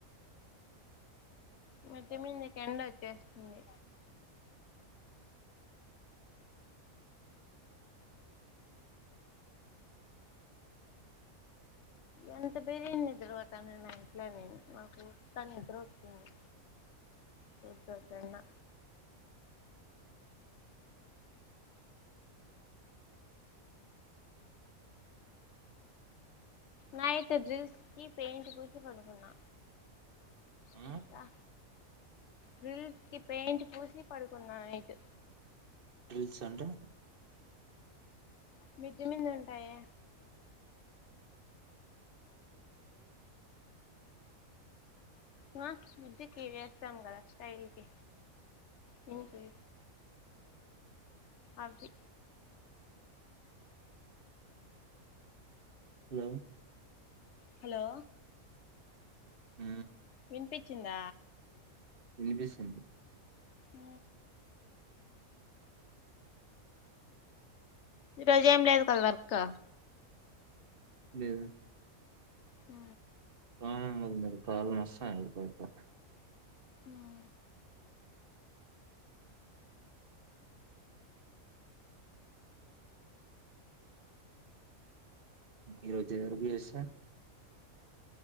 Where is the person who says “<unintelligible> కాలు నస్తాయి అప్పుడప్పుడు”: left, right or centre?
Right